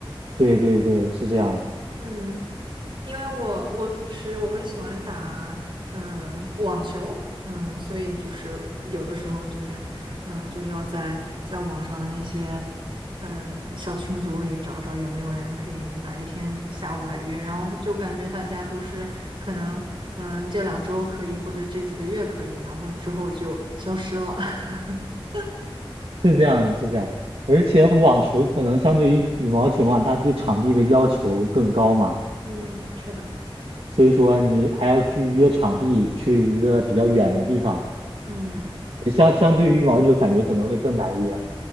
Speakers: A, on the right (about 85°); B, on the right (about 65°).
A: 对对对，是这样的。
B: 嗯。因为我我平时我会喜欢打嗯、呃网球，嗯，所以就是有的时候就是嗯就要在在网上的那些嗯小群组里找找有没有人可以哪一天下午来约，然后就感觉大家都是可能嗯这两周可以或者这几个月可以，然后之后就消失了。<laughs>
A: 是这样的，是这样的，而且网球可能相对于羽毛球嘛，它对场地的要求更高嘛，
B: 嗯，是的，
A: 所以说你还要去约场地，去一个比较远的地方，
B: 嗯。
A: 相相对于羽毛球感觉可能会更难约。